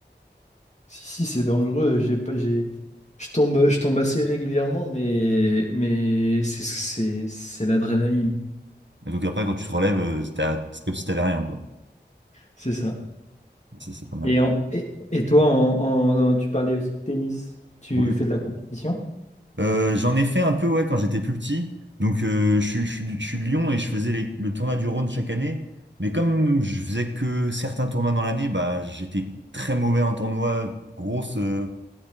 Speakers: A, on the left; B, on the right.
A: Si, si, c'est dangereux, j'ai pas, j'ai, je tombe, je tombe assez régulièrement, mais, mais c'est, c'est, c'est l'adrénaline,
B: Et donc après, quand tu te relèves, euh, t'as- c'est comme si t'avais rien, quoi.
A: c'est ça.
B: Ça, c'est pas mal.
A: Et, en, et, et toi, en, en- en- tu parlais aussi de tennis, tu
B: Ouais.
A: fais de la compétition?
B: Euh, j'en ai fait un peu ouais quand j'étais plus petit. Donc euh, je suis, je suis, je suis de Lyon et je faisais les- le tournoi du Rhône chaque année. Mais comme je faisais que certains tournois dans l'année, bah j'étais très mauvais en tournoi, grosse, euh,